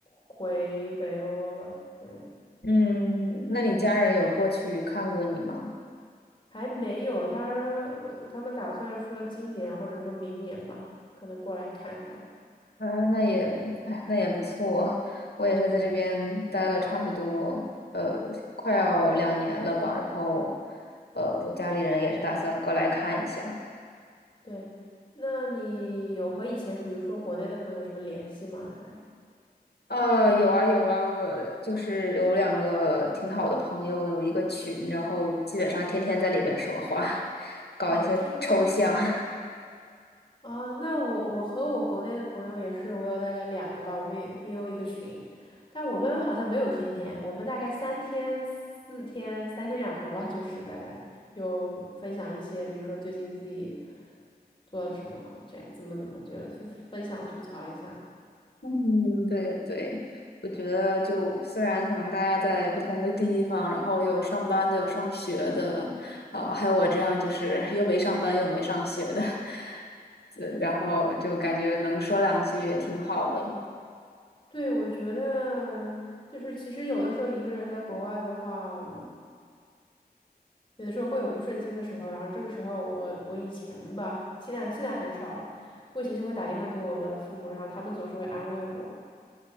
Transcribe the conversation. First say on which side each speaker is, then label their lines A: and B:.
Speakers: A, on the left; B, on the left.
A: 回北欧了，对，
B: 嗯，那你家人有过去看过你吗？
A: 还没有他，呃他们打算说今年或者说明年吧，可能过来看看。
B: 啊，那也，哎，那也不错。我也是在这边待了差不多，
A: 对。
B: 呃，快要两年了吧。然后，呃，家里人也是打算过来看一下。
A: 对，那你有和以前，比如说国内的朋友什么联系吗？还
B: 呃，有啊有啊，我就是有两个挺好的朋友，有一个群，然后基本上天天在里边说话，搞一些抽象。
A: 哦，天天
B: <laughs>
A: 啊，那我我和我国内的朋友也是，我有大概两个吧，我们也也有一个群，但我们好像没有天天，我们大概三天、四天、三天两头吧，就是大概有分享一些，比如说最近自己做了什么，这样怎么怎么，就是分享吐槽一下。
B: 嗯，对对，我觉得就虽然可能大家在不同的地方，然后有上班的，有上学的，啊、还有我这样就是又没上班又没上学的，<laughs> 呃然后就感觉能说两句也挺好的。
A: 对，我觉得就是其实有的时候一个人在国外的话。有的时候会有不顺心的时候，然后这个时候我我以前吧，现在现在很少了，我以前就会打电话给我的父母，然后他们总是会安慰我。